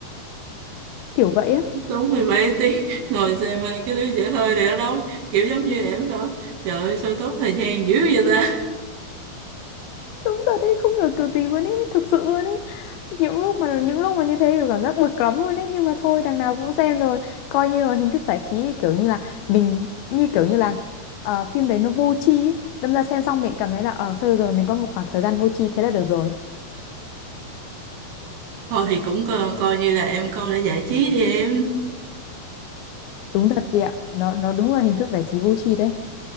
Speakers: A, on the left; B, on the right.
A: kiểu vậy á.
B: đúng mười mấy tiếng <laughs> ngồi xem hai cái đứa dở hơi này ở đâu kiểu giống như em đâu trời ơi sao tốt thời gian dữ vậy ta
A: Đúng thật đấy, không hiểu kiểu gì luôn ấy, thực sự luôn ấy. Những lúc mà những lúc mà như thế kiểu cảm giác bực lắm luôn ấy, nhưng mà thôi đằng nào cũng xem rồi. Coi như là hình thức giải trí thì kiểu như là mình như kiểu như là ờ, phim đấy nó vô tri ý. Đâm ra xem xong mình cảm thấy là ờ thôi được rồi, mình có một khoảng thời gian vô tri thế là được rồi.
B: thôi thì cũng coi, coi như là em coi để giải trí đi em
A: Đúng thật chị ạ. Nó nó đúng là hình thức giải trí vô tri đấy.